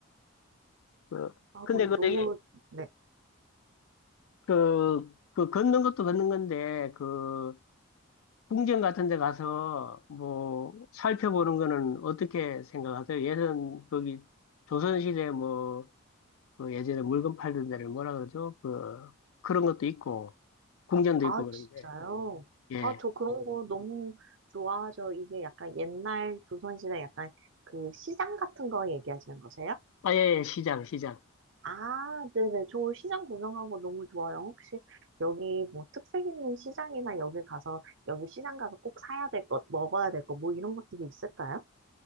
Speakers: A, on the left; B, on the right.
A: 그,
B: 아,
A: 근데
B: 그
A: 그,
B: 너무,
A: 저기,
B: 네.
A: 그, 그 걷는 것도 걷는 건데, 그, 궁전 같은 데 가서 뭐 살펴보는 거는 어떻게 생각하세요? 예전 거기 조선시대 뭐, 그 예전에 물건 팔던 데를 뭐라 그러죠? 그, 그런 것도 있고, 궁전도
B: 아,
A: 있고 그런데,
B: 진짜요?
A: 예.
B: 아, 저 그런 네. 거 너무 좋아하죠. 이게 약간 옛날 조선시대 약간 그 시장 같은 거 얘기하시는 거세요?
A: 아, 예, 예, 시장, 시장.
B: 아, 네네. 저 시장 구경하고 너무 좋아요. 혹시 여기 뭐 특색 있는 시장이나 여기 가서, 여기 시장 가서 꼭 사야 될 것, 먹어야 될 것, 뭐 이런 것들이 있을까요?